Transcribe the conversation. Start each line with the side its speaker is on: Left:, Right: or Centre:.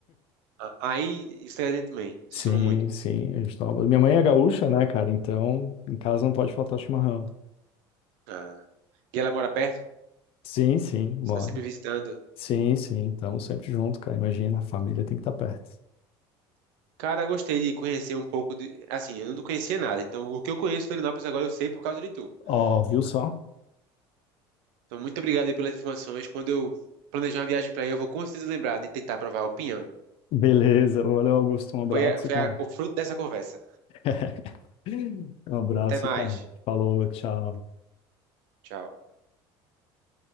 Right: Ah, Aí, isso aí também. Vocês
Left: Sim,
Right: tomam muito.
Left: sim, a gente toma. Minha mãe é gaúcha, né, cara? Então, em casa não pode faltar chimarrão.
Right: Ah. E ela mora perto?
Left: Sim, sim, bora.
Right: Você está sempre visitando?
Left: Sim, sim, estamos sempre junto, cara. Imagina, a família tem que estar perto.
Right: Cara, eu gostei de conhecer um pouco de... Assim, eu não conhecia nada. Então, o que eu conheço de Florianópolis agora, eu sei por causa de tu.
Left: Ó, viu
Right: Então,
Left: só?
Right: então, muito obrigado aí pelas informações. Quando eu planejar uma viagem para aí, eu vou com certeza lembrar de tentar provar o pinhão.
Left: Beleza, valeu, Augusto. Um abraço,
Right: Foi, a- foi
Left: cara.
Right: a- o fruto dessa conversa.
Left: <laughs> Um abraço,
Right: Até mais.
Left: cara. Falou, tchau.
Right: Tchau.